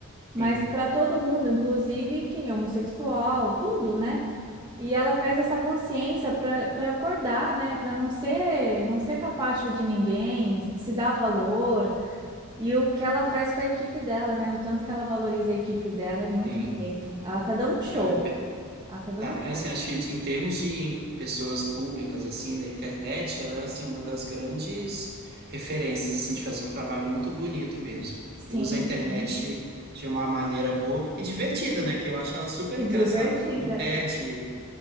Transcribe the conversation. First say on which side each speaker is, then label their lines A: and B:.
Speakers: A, on the right (about 20°); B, on the right (about 50°).
A: mas
B: Sim,
A: para todo mundo, inclusive quem é homossexual, tudo, né? E ela traz essa consciência para para acordar, né? Para não ser não ser capacho de ninguém, se dar valor. E o que ela faz com a equipe dela, né? O tanto que ela valoriza a equipe dela é muito
B: sim.
A: bonito. Ela tá dando um show.
B: Ela é, be-
A: Ela tá dando
B: Tá,
A: um show.
B: é assim, acho que de- em termos de pessoas públicas, assim, da internet, ela é, assim, uma das grandes referências, assim, de fazer um trabalho muito bonito mesmo.
A: Sim,
B: Usa a internet
A: sim.
B: de uma maneira boa e divertida, né? Que eu acho ela super
A: E
B: engraçada.
A: divertida.
B: Ela não perde